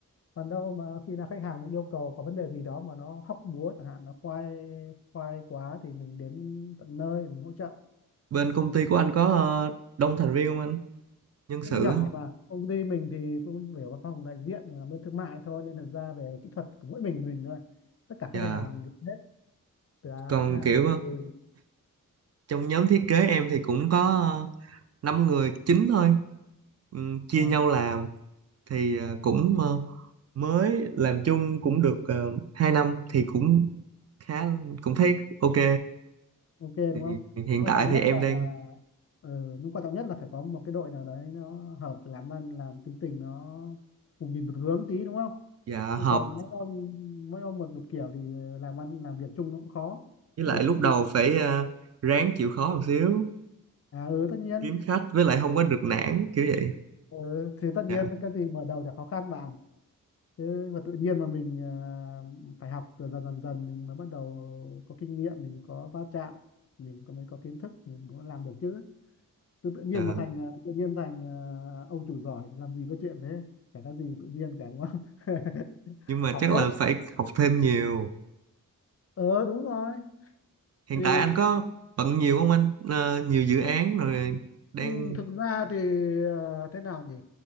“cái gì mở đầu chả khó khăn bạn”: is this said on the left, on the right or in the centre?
Left